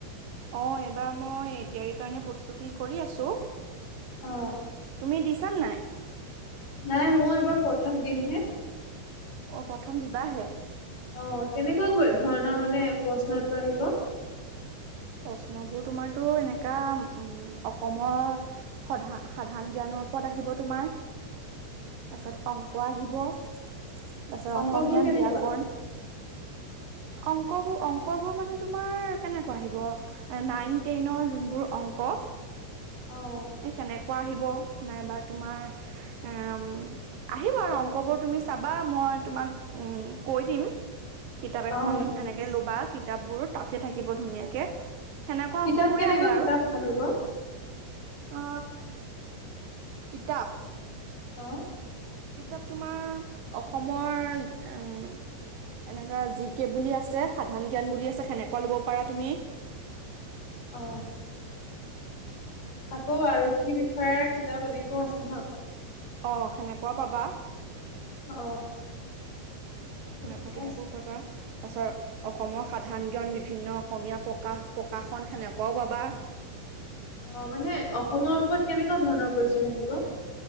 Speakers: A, on the right (about 65°); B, on the left (about 50°).
A: অ এইবাৰ মই এডিয়াৰি কাৰণে প্ৰস্তুতি কৰি আছো।
B: অ'
A: তুমি দিছা নাই।
B: নাই মই এইবাৰ প্ৰথম দিমহে।
A: অ প্ৰথম দিবাহে।
B: অ কেনেকুৱা কৈ ধৰণৰ মানে প্ৰশ্ন উত্তৰ আহিব?
A: প্ৰশ্নবোৰ তোমাৰতো এনেকা উ অসমৰ সধা সাধাৰণ জ্ঞানৰ ওপৰত আহিব তোমাৰ।
B: <inaudible>
A: তাৰপিছত অংক আহিব, তাৰপিছত অসমীয়া
B: অংকবোৰ কেনেকুৱা?
A: ব্যয়াকৰণ অংকবোৰ অংক বোৰ মানে তোমাৰ কেনেকুৱা আহিব? নাইন টেনৰ যোনবোৰ অংক
B: অ'
A: এই কেনেকুৱা আহিব নাইবা তোমাৰ আহিব অংকবোৰ তুমি চাবা মই তোমাক উম কৈ দিম। কিতাপ এখন
B: অ', ঠিক
A: এনেকে
B: আছে।
A: লবা কিতাপবোৰ তাতে থাকিব ধুনীয়াকে। সেনেকুৱা
B: কিতাপ
A: অংকবোৰেই
B: কেনেকুৱা
A: আহে আৰু।
B: <unintelligible>
A: অ কিতাপ?
B: অ',
A: কিতাপ তোমাৰ অসমৰ উম এনেকা জি-কে বুলি আছে সাধাৰন জ্ঞান বুলি আছে সেনেকুৱা লব পাৰা তুমি।
B: অ আকৌ আৰক্ষী বিষয়াৰ কিতাপ এনেকুৱাও আছে ন?
A: অ সেনেকুৱা পাবা।
B: অ। ঠিকে
A: সেনেকুৱা কিতাপো
B: আছে।
A: পাবা। তাৰ পিছত অসমৰ সাধাৰণ জ্ঞান, বিভিন্ন অসমীয়া প্ৰকাশ প্ৰকাশন সেনেকুৱাও পাবা।
B: অ মানে অসমৰ ওপৰত কেনেকুৱা ধৰণৰ কোৱেচন আহিব?